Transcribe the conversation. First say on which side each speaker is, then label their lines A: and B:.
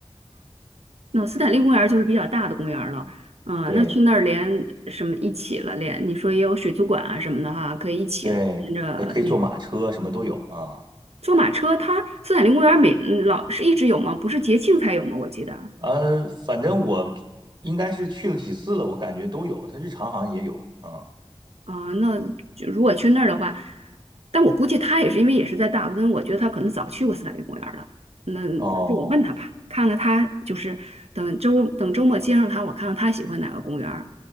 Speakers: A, on the right (about 90°); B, on the right (about 45°).
A: 那斯坦利公园儿就是比较大的公园儿了，啊、
B: 对。
A: 那去那儿连什么一起了，连你说也有水族馆啊什么的哈，可以一起了，
B: 对，
A: 连着那个
B: 还可以坐马车，什么都有啊。
A: 坐马车它，斯坦利公园儿每嗯老是一直有吗？不是节庆才有吗？我记得。
B: 呃，反正我应该是去了几次了，我感觉都有，它日常好像也有啊。
A: 啊，那就如果去那儿的话，但我估计他也是因为也是在大温，我觉得他可能早去过斯坦利公园了。那这这我问他吧，
B: 哦，
A: 看看他就是等周等周末接上他，我看看他喜欢哪个公园儿。